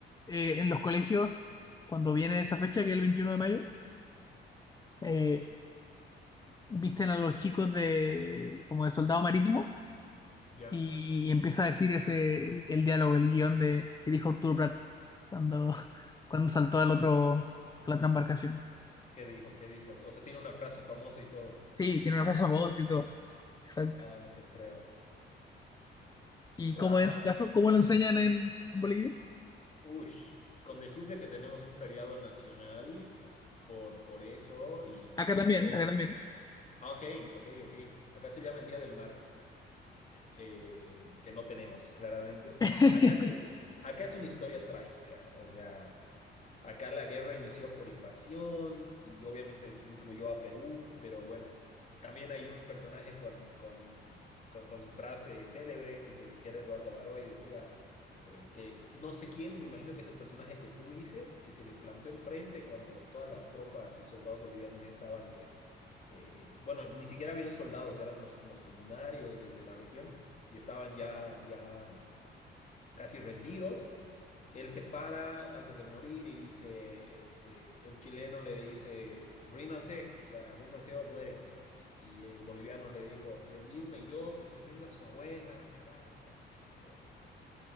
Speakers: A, on the left; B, on the left.
A: eh, en los colegios, cuando viene esa fecha, que es el 21 de mayo, eh, visten a los chicos de como de soldado marítimo
B: Ya.
A: y empieza a decir ese el, el diálogo, el guión de que dijo Arturo Prat cuando, <laughs> cuando saltó al otro, a la otra embarcación.
B: ¿Qué dijo? ¿Qué dijo? O sea, tiene una frase famosa y todo.
A: Sí, tiene una frase famosa y todo. Exacto.
B: Ah, no te creo.
A: ¿Y
B: Wow.
A: cómo es en su caso? ¿Cómo lo enseñan en, en Bolivia?
B: Ush. Con decirte que tenemos un feriado nacional por, por eso y,
A: Acá
B: y
A: también,
B: todo.
A: acá también.
B: Ah, ok, ok, ok. Acá se llama el Día del Mar, eh, que no tenemos, claramente.
A: <laughs>
B: Acá, te- acá es una historia trágica. O sea. Acá la guerra inició por invasión y obviamente incluyó a Perú, pero bueno, también hay un personaje con, con, con, con su frase célebre que, se, que era Eduardo Baroy, decía eh, que no sé quién, me imagino que es el personaje que tú dices, que se le plantó enfrente cuando todas las tropas y soldados bolivianos ya estaban, pues, eh, bueno, ni siquiera habían soldados, eran los, los comunarios de, de la región y estaban ya, ya casi rendidos. Él se para antes de morir y dice, eh, el chileno le dice, ríndanse, o sea, ríndanse o mueren, digamos. Y el boliviano le dijo, rendirme yo, que se rinda su abuela, carajo, no sé qué, así.